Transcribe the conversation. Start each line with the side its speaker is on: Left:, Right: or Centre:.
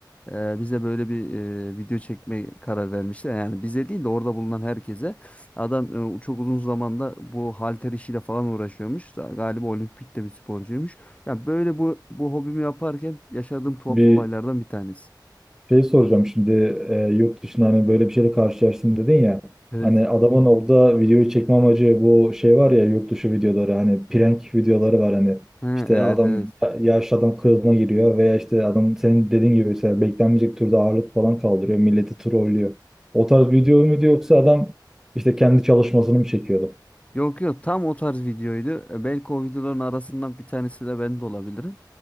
Left: Ee, bize böyle bir e, video çekme karar vermişler. Yani bize değil de orada bulunan herkese. Adam e, çok uzun zamanda bu halter işiyle falan uğraşıyormuş. Sa- Galiba olimpikte bir sporcuymuş. Ya böyle bu bu hobimi yaparken yaşadığım tuhaf
Centre: Bir
Left: olaylardan bir tanesi.
Centre: Şey soracağım şimdi e, yurt dışında hani böyle bir şeyle karşılaştım dedin ya.
Left: Evet.
Centre: Hani adamın orada videoyu çekme amacı bu şey var ya yurt dışı videoları hani prank videoları var hani.
Left: Ha,
Centre: işte
Left: evet
Centre: adam
Left: evet.
Centre: yaşlı adam kılığına giriyor veya işte adam senin dediğin gibi mesela beklenmeyecek türde ağırlık falan kaldırıyor. Milleti trollüyor. O tarz video muydu yoksa adam işte kendi çalışmasını mı çekiyordu?
Left: Yok yok tam o tarz videoydu. E, Belki o videoların arasından bir tanesi de ben de olabilirim.